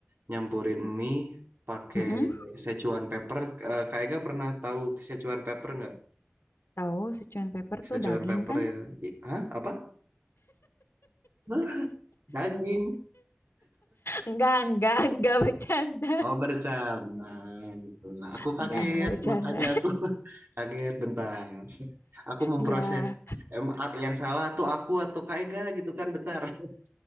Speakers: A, on the right (about 65°); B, on the left (about 80°).
A: nyampurin mie pakai
B: mm-mm.
A: Szechuan pepper. Eh, kayak gak pernah tahu Szechuan pepper nggak?
B: tahu Sichuan pepper
A: Szechuan
B: tuh daging
A: pepper
B: kan
A: ya. I- Hah? Apa? Hah? Daging.
B: enggak enggak enggak bercanda
A: Oh bercanda gitu. Nah, Aku kaget
B: enggak enggak bercanda
A: makanya aku <laughs> kaget bentar. Aku memproses.
B: iya
A: Em, a- yang salah tuh aku atau Kak Ega gitu kan bentar. <laughs>